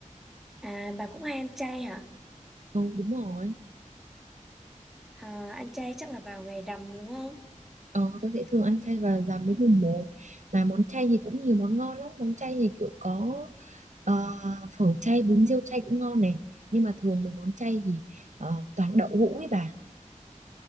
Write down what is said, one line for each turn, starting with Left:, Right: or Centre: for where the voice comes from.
Centre: à bà cũng hay ăn chay hả
Right: Ừ đúng rồi.
Centre: à, ăn chay chắc là vào ngày rằm đúng không
Right: Ờ, tôi sẽ thường ăn chay và giảm với mùng một. Mà món chay thì cũng nhiều món ngon lắm Món chay thì kiểu có ờ, phở chay, bún riêu chay cũng ngon này Nhưng mà thường mấy món chay thì ờ, toàn đậu hũ ấy bà